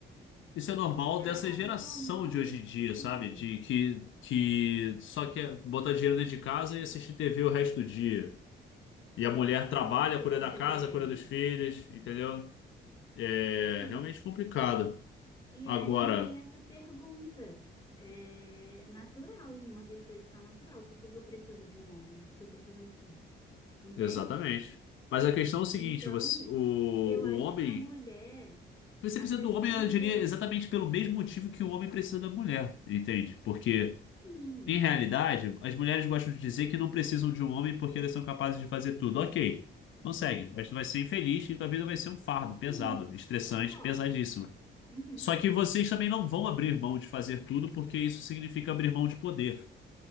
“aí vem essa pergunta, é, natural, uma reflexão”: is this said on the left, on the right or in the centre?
Left